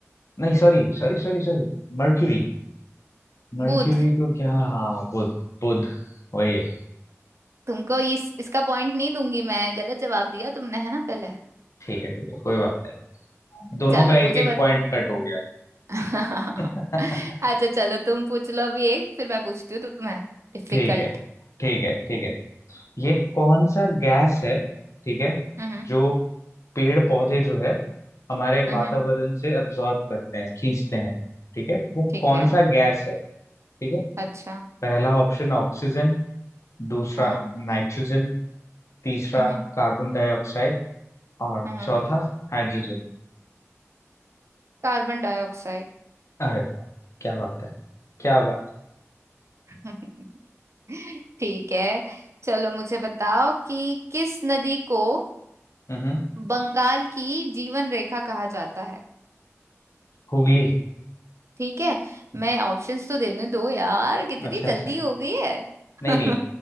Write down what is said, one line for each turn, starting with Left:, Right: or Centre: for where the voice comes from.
Left: नहीं sorry sorry sorry sorry Mercury Mercury
Right: बुध
Left: को क्या हाँ बुध बुध वही है
Right: तुमको इस इसका पॉइंट नहीं दूंगी मैं गलत जवाब दिया तुमने है ना पहले
Left: ठीक है ठीक है कोई बात नहीं दोनों
Right: चलो
Left: का एक
Right: मुझे
Left: एक
Right: बत
Left: पॉइंट कट हो गया
Right: <laughs>
Left: <laughs>
Right: अच्छा चलो तुम पूछ लो अभी एक फिर मैं पूछती हूँ तुम्हें डिफिकल्ट
Left: ठीक है ठीक है ठीक है ये कौन सा गैस है ठीक है
Right: हम्म
Left: जो पेड़ पौधे जो है हमारे
Right: हम्म
Left: वातावरण से अब्जॉर्ब करते हैं खींचते हैं ठीक है वो
Right: ठीक
Left: कौन
Right: है
Left: सा गैस है ठीक है
Right: अच्छा
Left: पहला ऑप्शन ऑक्सीजन दूसरा
Right: हम्म
Left: नाइट्रोजन तीसरा
Right: हम्म
Left: कार्बन डाइऑक्साइड और
Right: हम्म
Left: चौथा हाइड्रोजन
Right: Carbon dioxide
Left: अरे वाह क्या बात है क्या बात
Right: <laughs> ठीक है चलो मुझे बताओ कि किस नदी को
Left: हम्म
Right: बंगाल की जीवन रेखा कहा जाता है
Left: हुगली
Right: ठीक है मैं ऑप्शंस तो देने दो यार कितनी
Left: अच्छा
Right: जल्दी
Left: अच्छा
Right: हो गई है
Left: नहीं
Right: <laughs>
Left: नहीं